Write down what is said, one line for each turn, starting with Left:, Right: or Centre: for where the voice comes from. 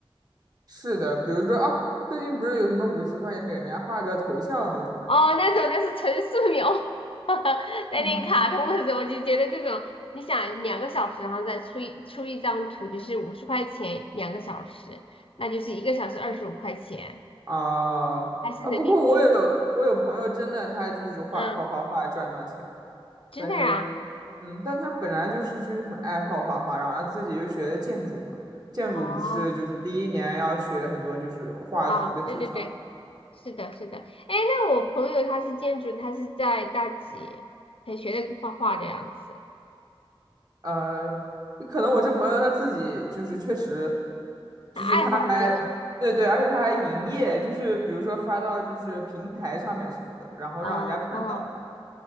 Right: 是的，比如说啊，最近不是有什么五十块钱给人家画个头像那种
Left: 哦，那种那是纯素描，<laughs> 带点卡通的时候，
Right: 吗
Left: 我就觉得这种，你想两个小时，然后再出一出一张图，就是五十块钱两个小时，那就是一个小时二十五块钱，
Right: <laughs> 啊啊！
Left: 还是人民币？
Right: 不过我有我有朋友真的，他就是画靠画画赚到钱了，
Left: 嗯，真的呀？
Right: 但是嗯，但他本来就是就是很爱好画画，然后他自己又学的建筑嘛，建筑不是就是第一年要学很多就是画图的技巧，
Left: 哦，啊，对对对，是的，是的。哎，那我朋友他是建筑，他是在大几才学的画画的样子，
Right: 呃，可能我这朋友他自己就是确实，就是他还对对，
Left: 他爱好这个。
Right: 而且他还营业，就是比如说发到就是平台上面什么的，然后让人家看到吧，
Left: 哦